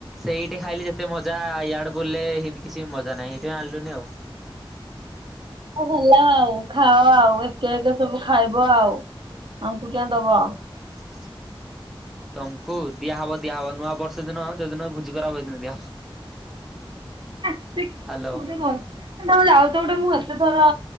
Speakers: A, in the centre; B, on the right (about 60°).
A: ସେଇଠି ଖାଇଲି ଯେତେ ମଜା ଇଆଡେ ବୋଲଲେ ସେମିତି କିଛି ମଜା ନାହିଁ ସେଇଥିପାଇଁ ଆଣିଲୁନି ଆଉ।
B: ହୋଉ ହେଲା ଆଉ ଖାଅ ଆଉ ଏକେ ଏକେ ସବୁ ଖାଇବ ଆଉ ଆମକୁ କିଆଁ ଦବ।
A: <inaudible> ତମକୁ ଦିଆହବ ଦିଆହବ ନୂଆ ବର୍ଷ ଦିନ ଯୋଉଦିନ ଭୋଜି କରା ହବ ହେଇଦିନ ଦିଆହବ।
B: ହେ <unintelligible>
A: ହାଲୋ
B: ତମେ ଯାଉଚ ଗୋଟେ ମୁଁ ଏତେ ଥର